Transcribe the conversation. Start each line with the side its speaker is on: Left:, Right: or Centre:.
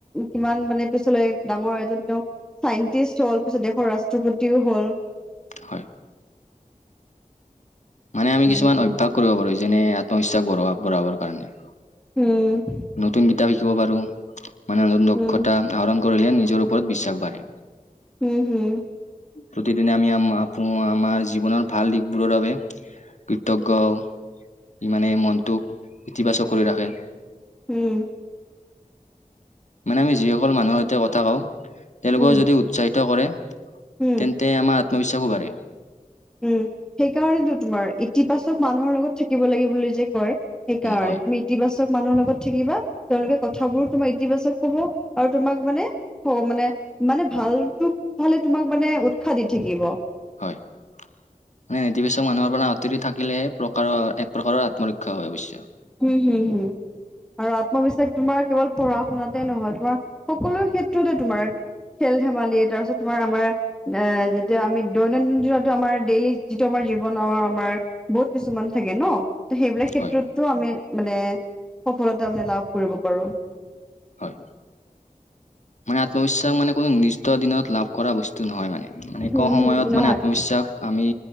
Centre: কিমান কিমানে পিছলৈ ডাঙৰ এজন তেওঁ চাইণ্টিষ্ট হল পিছত দেশৰ ৰাষ্ট্ৰপতিও হ'ল
Left: হয় মানে আমি
Centre: তেনেকুৱা
Left: কিছুমান অভ্যাস কৰিব পাৰো যেনে আত্মবিশ্বাস বঢ়োৱা বঢ়াবৰ কাৰণে
Centre: উম
Left: নতুন কিতাপ শিকিব পাৰো মানে নতুন দক্ষতা
Centre: উম
Left: আহৰণ কৰিলে নিজৰ ওপৰত বিশ্বাস বাঢ়ে
Centre: উম হম
Left: প্ৰতিদিনে আমি আমাৰ ও আমাৰ জীৱনৰ ভাল দিশবোৰৰ বাবে কৃতজ্ঞ ই মানে মনটোক ইতিবাচক কৰি ৰাখে
Centre: উম
Left: মানে আমি যিসকল মানুহৰ সৈতে কথা কও তেওঁলোকেও
Centre: হম
Left: যদি উৎসাহিত কৰে
Centre: হম
Left: তেন্তে আমাৰ আত্মবিশ্বাসো বাঢ়ে
Centre: উম সেইকাৰণেতো তোমাৰ ইতিবাচক মানুহৰ লগত থাকিব লাগে বুলি যে কয় সেইকাৰণে
Left: উম হয়
Centre: তুমি ইতিবাচক মানুহৰ লগত থাকিবা তেওঁলোকে কথাবোৰ তোমাৰ ইতিবাচক কব আৰু তোমাক মানে মানে মানে ভালতো ফালে তোমাক মানে উৎসাহ দি থাকিব
Left: হয় মানে নেতিবাচক মানুহৰ পৰা আঁতৰি থাকিলেহে প্ৰকাৰৰ এক প্ৰকাৰৰ আত্মৰক্ষা হয় অৱশ্যে
Centre: হুম হুম হুম আৰু আত্মবিশ্বাস তোমাৰ কেৱল পঢ়া শুনাতে নহয় তোমাৰ সকলো ক্ষেত্ৰতে তোমাৰ খেল ধেমালি তাৰপিছত তোমাৰ আমাৰ এ যেতিয়া আমি দৈনন্দিন জীৱনতো আমাৰ ডেইলি যিটো আমাৰ জীৱনৰ আমাৰ বহুত কিছুমান থাকে ন ত সেইবিলাক ক্ষেত্ৰতটো
Left: হয়
Centre: আমি মানে সফলতা মানে লাভ কৰিব পাৰো।
Left: হয় মানে আত্মবিশ্বাস মানে কোনো নিৰ্দিষ্ট দিনত লাভ কৰা বস্তু নহয় মানে মানে
Centre: উম,
Left: এক সময়ত
Centre: হুম, নহয়
Left: মানে আত্মবিশ্বাস আমি